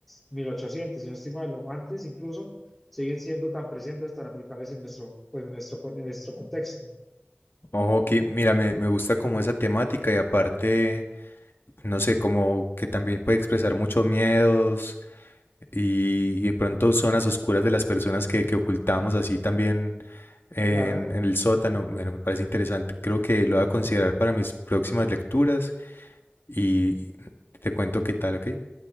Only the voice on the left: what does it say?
Ok, mira, me, me gusta como esa temática y aparte, no sé, como que también puede expresar muchos miedos y, y de pronto zonas oscuras de las personas que, que ocultamos así también eh,
en, en el sótano. Bueno, me parece interesante. Creo que lo voy a considerar para mis próximas lecturas y te cuento qué tal, ¿ok?